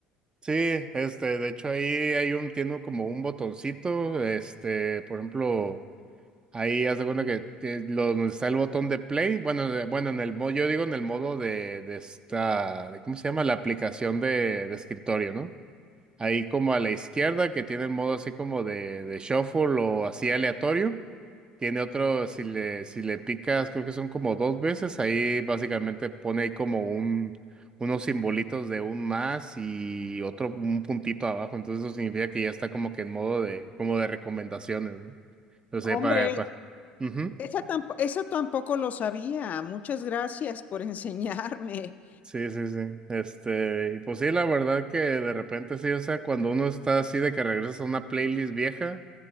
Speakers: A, on the right (about 20°); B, on the left (about 40°).
A: Sí, este, de hecho ahí hay un, tiene como un botoncito, este, por ejemplo, ahí haz de cuenta que tie- lo- donde está el botón de play, bueno, de- bueno, en el modo, yo digo en el modo de, de esta, de, ¿cómo se llama? La aplicación de, de escritorio, ¿no? ahí como a la izquierda, que tiene el modo así como de, de shuffle o así aleatorio. Tiene otro, si le, si le picas, creo que son como dos veces, ahí básicamente pone ahí como un, unos simbolitos de un más y otro, un puntito abajo. Entonces eso significa que ya está como que en modo de, como de recomendaciones, ¿no? Entonces,
B: Hombre.
A: para, para. Ujú.
B: Esa tampo- eso tampoco lo sabía. Muchas gracias por <laughs> enseñarme.
A: Sí, sí, sí. Este, y pues sí, la verdad que de repente sí, o sea, cuando uno está así de que regresas a una playlist vieja.